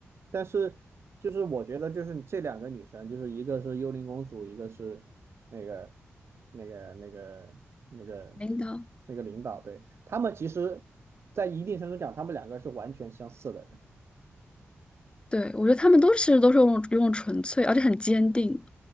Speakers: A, on the right; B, on the left.
A: 但是就是我觉得就是这两个女生，就是一个是幽灵公主，一个是那个那个那个那个
B: 领导。
A: 那个领导，对，他们其实，在一定程度讲，他们两个是完全相似的人。
B: 对，我觉得他们都其实都是用用纯粹，而且很坚定。